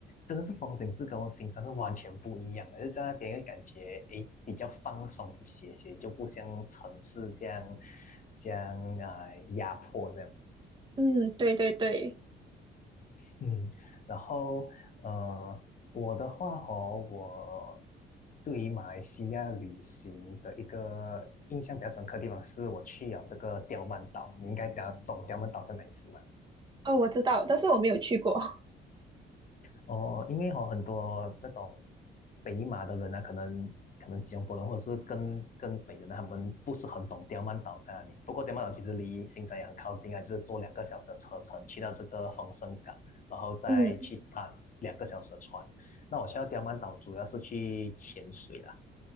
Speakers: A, on the left (about 40°); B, on the right (about 25°).
A: 真的是风景是跟我新山是完全不一样的，就在那边会感觉诶比较放松一些些，就不像城市这样这样啊、压迫这样。
B: 嗯对对对，
A: 嗯，然后呃，我的话哦，我对于马来西亚旅行的一个印象比较深刻的地方是，我去了这个刁曼岛。你应该懂懂刁曼岛在哪里是吗？
B: 哦我知道，但是我没有去过，
A: 哦，因为哦，很多那种北马的人呢，可能可能吉隆坡人或者是更更北的人，他们不是很懂刁曼岛在哪里。不过刁曼岛其实离新山也很靠近啊，就是坐两个小时的车程去到这个丰盛港，然后再去搭两个小时的船。
B: <laughs> 嗯
A: 那我去到刁曼岛主要是去潜水啦。